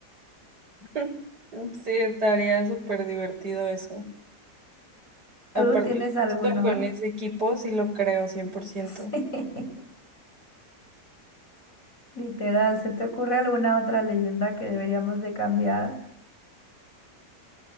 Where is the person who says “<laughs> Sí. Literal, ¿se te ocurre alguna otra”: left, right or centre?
Left